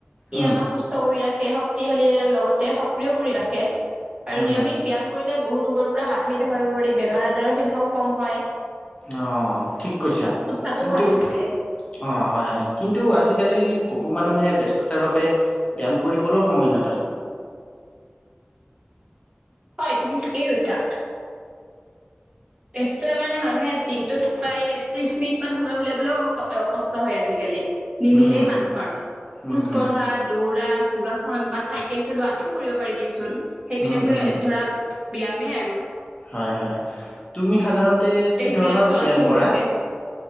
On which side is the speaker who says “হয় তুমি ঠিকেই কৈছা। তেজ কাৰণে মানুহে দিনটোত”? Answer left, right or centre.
Right